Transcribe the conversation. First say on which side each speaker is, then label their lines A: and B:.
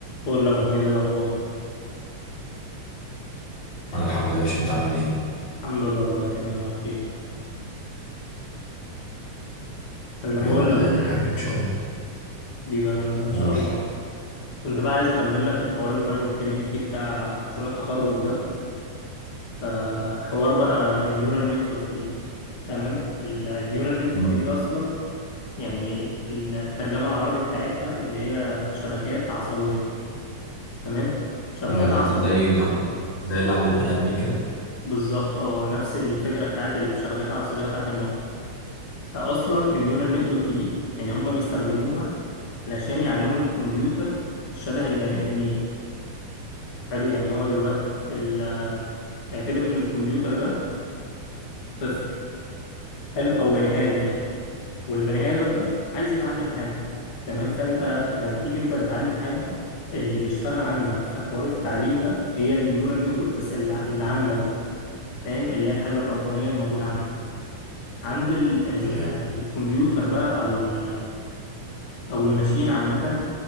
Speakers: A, on the left; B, on the left.
A: بقول لك ابو حميد إيه الاخبار
B: انا الحمد لله يا باشا انت عامل ايه
A: الحمد لله والله تمام وبخير اللي
B: يا
A: بقول
B: رب دايما
A: لك بقى،
B: يا حبيبي ان شاء الله
A: بيبقى انا وانت ان شاء
B: قول
A: الله كنت بقى عايز اكمل لك الحوار اللي كنا بنتكلم فيه بتاع مشروع التخرج ده فحوار بقى النيورال نتورك دي تمام ال- النيورال نتورك
B: نعم.
A: دي اصلا يعني الترجمه العربي بتاعتها اللي هي شبكات عصبيه تمام شبكات
B: اه ده
A: عصبيه
B: زي اللي عند زي اللي عند البني ادمين كده
A: بالظبط اه نفس الفكره بتاعت الشبكات العصبيه بتاعت المخ فاصلا النيورال نتورك دي يعني هم بيستخدموها علشان يعلموا الكمبيوتر شبه البني آدمين حلو يعني هو دلوقتي ال- اعتبر إن الكمبيوتر ده طفل حلو أو بني آدم يعني والبني آدم ده عايز يتعلم حاجة تمام فأنت لما بتيجي أنت تتعلم حاجة اللي بيشتغل عندك في حوار التعليم ده هي النيورال نتوركس اللي اللي عندك بقى فاهم اللي هي الحاجة الربانية الموجودة عندك عند ال ال
B: تمام
A: الكمبيوتر بقى أو ال أو الماشين عامة